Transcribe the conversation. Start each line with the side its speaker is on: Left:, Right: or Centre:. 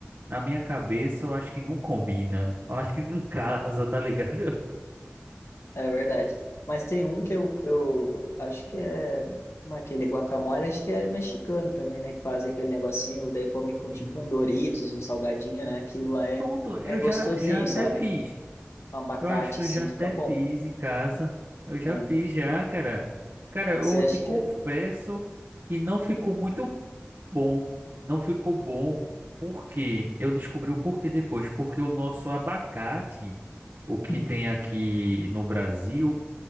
Right: na minha cabeça, eu acho que não combina. Eu acho que não <laughs> casa,
Left: É,
Right: tá ligado?
Left: é verdade. Mas tem um que eu, eu acho que é... como é Aquele guacamole, acho que é mexicano também, né? Que fazem aquele negocinho, daí come com
Right: E
Left: tipo um Doritos, um salgadinho, né? Aquilo lá é,
Right: pronto, eu
Left: é gostosinho,
Right: já, já até
Left: sabe?
Right: fiz.
Left: um abacate,
Right: Eu acho que
Left: assim,
Right: eu já até
Left: fica bom.
Right: fiz em casa. Eu já
Left: Ah,
Right: fiz já, cara. Cara,
Left: você
Right: eu
Left: acha
Right: te confesso
Left: que... é?
Right: que não ficou muito bom. Não ficou bom. Por quê? Eu descobri o porquê depois. Porque o nosso abacate, o que
Left: Uhum.
Right: tem aqui no Brasil,